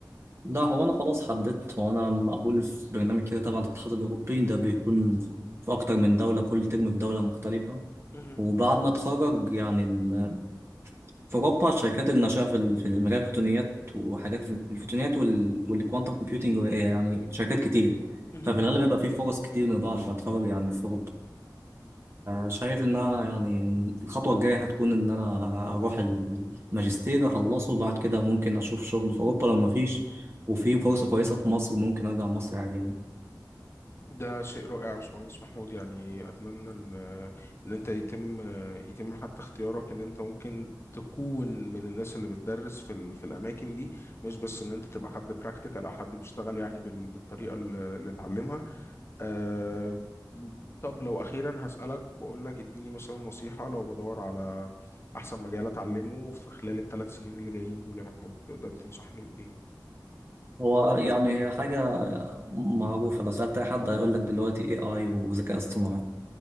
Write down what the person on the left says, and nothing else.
مهم.
مهم.
ده شيء رائع يا باشمهندس محمود يعني اتمنى ان آه، ان انت يتم آه، يتم حتى اختيارك ان انت ممكن تكون من الناس اللي بتدرس في ال... في الاماكن دي مش بس ان انت تبقى حد براكتيكال او حد بيشتغل يعني بال... بالطريقه اللي اللي اتعلمها أه طب لو أخيرا هسألك وأقول لك اديني مثلا نصيحة لو بدور على أحسن مجال أتعلمه في خلال الثلاث سنين اللي جايين دول يا محمود تقدر تنصحني بإيه؟